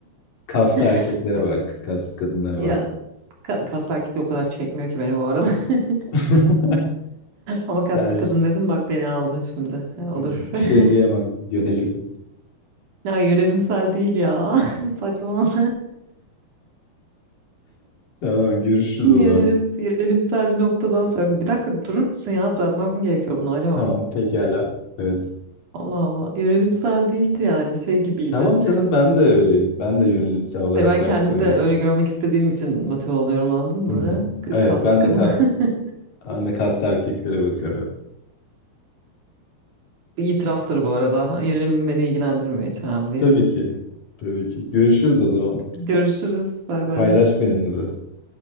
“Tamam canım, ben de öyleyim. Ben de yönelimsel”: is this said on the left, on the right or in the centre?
Left